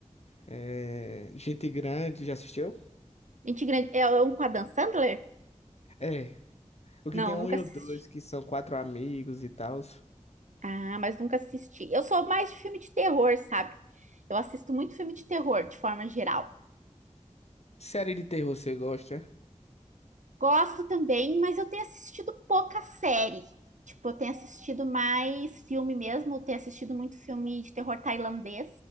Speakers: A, on the left; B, on the right.
A: é Gente Grande, já assistiu?
B: Gente grande... É é um com a Dan Sandler?
A: É. O que
B: Não,
A: tem um
B: nunca
A: e
B: assisti.
A: o dois, que são quatro amigos e tal.
B: Ah, mas nunca assisti. Eu sou mais de filme de terror, sabe? Eu assisto muito filme de terror, de forma geral.
A: Série de terror você gosta?
B: Gosto também, mas eu tenho assistido pouca série. Tipo, eu tenho assistido mais filme mesmo, eu tenho assistido muito filme de terror tailandês,